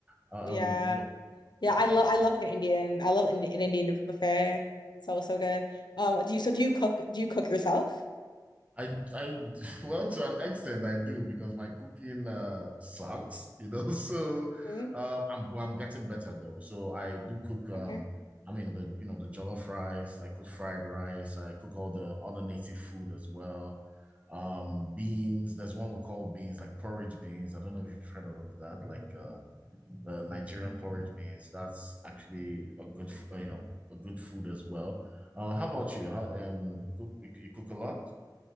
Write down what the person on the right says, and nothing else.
Um,
Yes,
that's,
that's
I, I, <laughs> well, to an extent, I do because my cooking uh, sucks, you know. <laughs> So,
um, I'm well, I'm getting better though. So I do cook. Um,
I mean the you know the jollof rice. I cook fried rice. I cook all the other native food as well. Um, beans. There's one we call beans, like porridge beans. I don't know if you've heard of that. Like uh, the Nigerian porridge beans. That's actually a good, f- uh, you know, a good food as well. Uh, how about
you? How, um, cook, you you cook a lot?